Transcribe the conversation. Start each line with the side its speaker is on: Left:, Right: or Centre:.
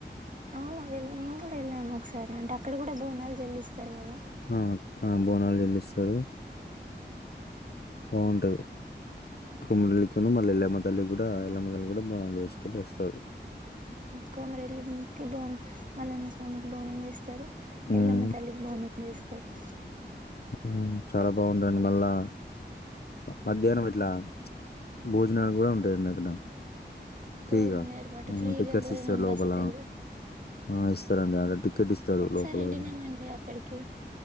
Right: అవును మేము కూడా వెళ్ళాము ఒకసారి అంటే అక్కడ కూడా బోనాలు చెల్లిస్తా సారు కదా
Left: ఆ! ఆ! బోనాలు చేళ్ళిస్తారు
Right: ఉ
Left: బాగుంటది కొంరెల్లి కున్ను మల్ల ఎల్లమను తల్లి కూడా ఎల్లమ్మ తల్లి కూడా బోనాలు చేసేటోళ్ళు ఎస్తారు
Right: కోమరెల్లికి బోనం మల్లన్న స్వామికి బోనం చేస్ స్తరు
Left: హ్మ్.
Right: ఎల్లమ్మ తల్లికి బోనం చెస్ ఫేత్
Left: హ్మ్. చాలా బాగుందండి మళ్ళా మధ్యాహ్నం ఇట్లా భోజనాలు కూడా ఉంటాయండి అక్కడ ఫ్రీగా
Right: భోజనం ఏర్పాటు ఫ్రీగా
Left: టికెట్స్
Right: భోజనం
Left: ఇస్తారు లోపల
Right: వసతి కూడా
Left: ఆ ఇస్తారండి అడ టికెట్
Right: ఆ మేము
Left: ఇస్తారు
Right: కూడా ఒకసారి
Left: లోపల
Right: వెళ్ళినామండి
Left: పోయిన
Right: అక్కడికి